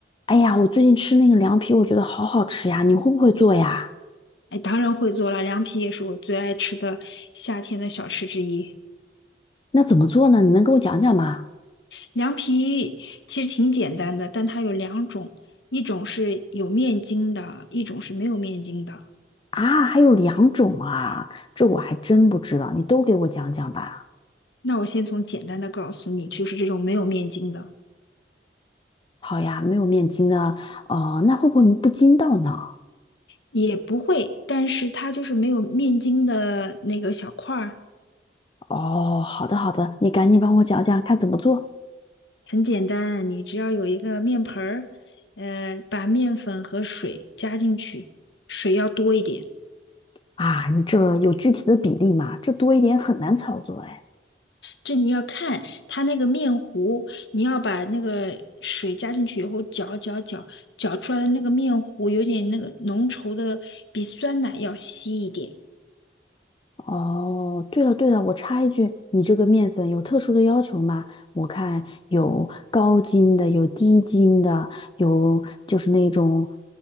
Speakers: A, on the left; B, on the left.
A: 哎呀，我最近吃那个凉皮，我觉得好好吃呀，你会不会做呀？
B: 哎，当然会做了，凉皮也是我最爱吃的夏天的小吃之一。
A: 那怎么做呢？你能给我讲讲吗？
B: 凉皮其实挺简单的，但它有两种，一种是有面筋的，一种是没有面筋的。
A: 啊，还有两种啊，这我还真不知道，你都给我讲讲吧。
B: 那我先从简单的告诉你，就是这种没有面筋的
A: 好呀，没有面筋呢，哦、那会不会不筋道呢？
B: 也不会，但是它就是没有面筋的那个小块儿，
A: 哦，好的好的，你赶紧帮我讲讲看怎么做
B: 很简单，你只要有一个面盆儿，呃，把面粉和水加进去，水要多一点。
A: 啊？你这有具体的比例吗？这多一点很难操作哎。
B: 这你要看它那个面糊，你要把那个水加进去以后搅搅搅，搅出来的那个面糊有点那个浓稠的，比酸奶要稀一点，
A: 哦，对了对了，我插一句，你这个面粉有特殊的要求吗？我看有高筋的，有低筋的，有就是那种